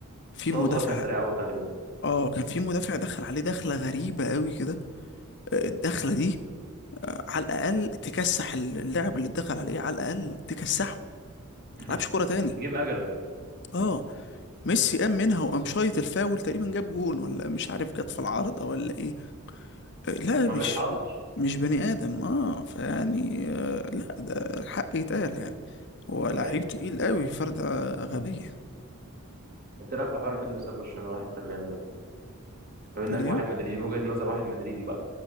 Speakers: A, on the left (about 50°); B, on the right (about 40°).
A: في
B: بس
A: مدافع
B: هو صغير كان سريع قوي خلي بالك
A: اه كان في مدافع دخل عليه دخلة غريبة قوي كده آه، الدخلة دي آه، على الأقل تكسح اللاعب اللي اتدخل عليه على الأقل تكسحه
B: <laughs>
A: ملعبش كورة تاني
B: يجيب اجله
A: اه ميسي قام منها وقام شايط الفاول تقريبا جاب جون ولا مش عارف جت في العارضة ولا ايه لا
B: ما
A: مش
B: بيرحمش
A: مش بني آدم اه فيعني آه لا ده الحق يتقال يعني هو لعيب
B: ايوه
A: تقيل قوي فردة غبية
B: انت رايك في حوار انه ساب برشلونه راح انتر ميامي ده بما
A: تقول
B: انك
A: ايه
B: واحد مدريدي من وجهه نظر واحد مدريدي بقى